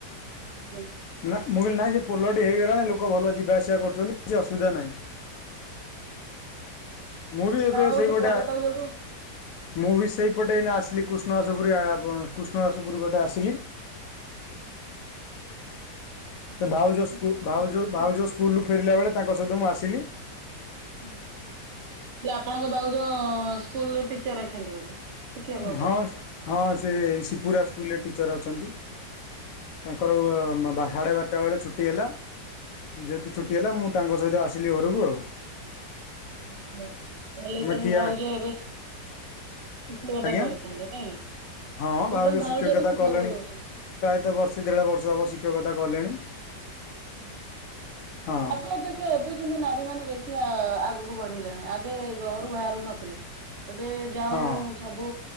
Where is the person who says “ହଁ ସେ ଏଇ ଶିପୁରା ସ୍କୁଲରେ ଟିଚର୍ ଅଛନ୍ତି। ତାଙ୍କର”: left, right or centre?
Left